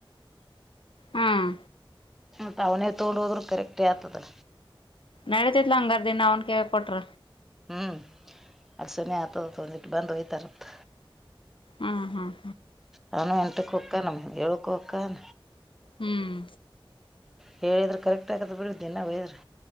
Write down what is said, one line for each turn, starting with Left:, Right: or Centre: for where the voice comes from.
Left: ಹ್ಮ್
Centre: ಮತ್ ಅವನೇ ತಗೊಂಡು ಹೋದ್ರು ಕರೆಕ್ಟೇ ಆಗ್ತದೆ
Left: ನಡತಿತ್ಲ ಹಂಗಾರ ದನ್ ಅವನ್ ಕೇಳ ಕೊಟ್ರ
Centre: ಹ್ಮ್ ಅಲ್ಸನನೆ ಆಗ್ತದ ಒಂದಿಟ್ಟು ಬಂದು ಒಯ್ತಾರತ್
Left: ಹ್ಮ್ ಹ್ಮ್
Centre: ಅವಾನ ಎಂಟು ಹೋಕಾ ನ ಏಳುಕ ಹೋಕ್ಕಾನ
Left: ಹ್ಮ್
Centre: ಹೇಳಿದ್ರೆ ಕರೆಕ್ಟ್ ಆಗತ್ ಬಿಡ ದಿನ ಒಂದಯಿದ್ರೆ